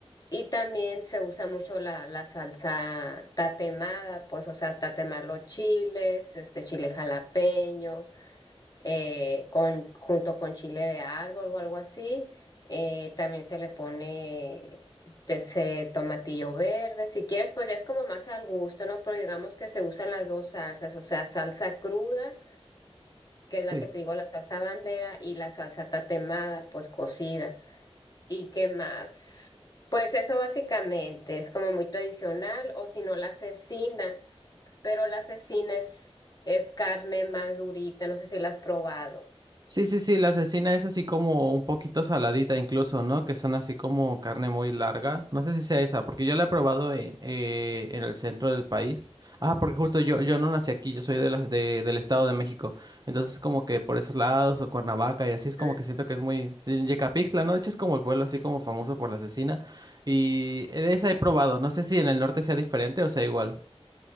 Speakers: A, on the left (about 35°); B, on the right (about 40°).
A: y también se usa mucho la, la salsa tatemada, pues, o sea, tatemar los chiles, este chile jalapeño, eh, con, junto con chile de árbol o algo así. Eh, también se le pone de ese tomatillo verde. Si quieres, pues ya es como más al gusto, ¿no? Pero digamos que se usan las dos salsas, o sea, salsa cruda, que es la
B: Sí.
A: que te digo, la salsa bandera, y la salsa tatemada, pues cocida. ¿Y qué más? Pues eso básicamente es como muy tradicional, o si no la cecina, pero la cecina es, es carne más durita, no sé si la has probado.
B: Sí, sí, sí, la asesina es así como un poquito saladita incluso, ¿no? Que son así como carne muy larga. No sé si sea esa, porque yo la he probado en, eh, en el centro del país. Ah, porque justo yo, yo no nací aquí, yo soy de las de, del Estado de México. Entonces como que por esos lados o Cuernavaca y así es como
A: Mm.
B: que siento que es muy... en Yecapixtla, ¿no? De hecho es como el pueblo así como famoso por la asesina. Y de esa he probado. No sé si en el norte sea diferente o sea igual.